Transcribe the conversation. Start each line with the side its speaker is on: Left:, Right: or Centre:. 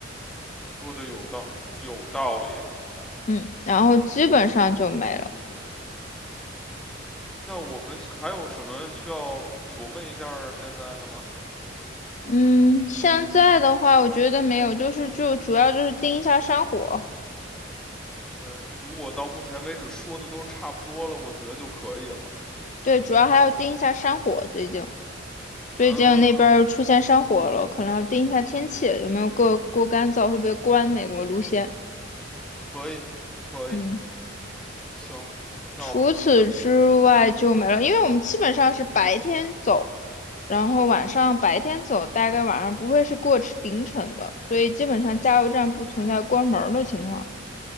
Centre: 说的有道有道理。
Left: 嗯，然后基本上就没了。
Centre: 那我们还有什么需要琢磨一下儿现在的吗？
Left: 嗯，现在的话，我觉得没有，就是就主要就是盯一下山火，
Centre: 对，如果到目前为止说的都差不多了，我觉得就可以了。
Left: 对，主要还要盯一下山火。最近最近那边儿出现山火了，
Centre: 嗯，
Left: 可能要盯一下天气，有没有过过干燥，会不会关美国路线。
Centre: 可以，可以，
Left: 嗯，
Centre: 行，那我们就最，
Left: 除此之外就没了，
Centre: 嗯哼，
Left: 因为我们基本上是白天走，然后晚上白天走，大概晚上不会是过凌晨的，所以基本上加油站不存在关门儿的情况，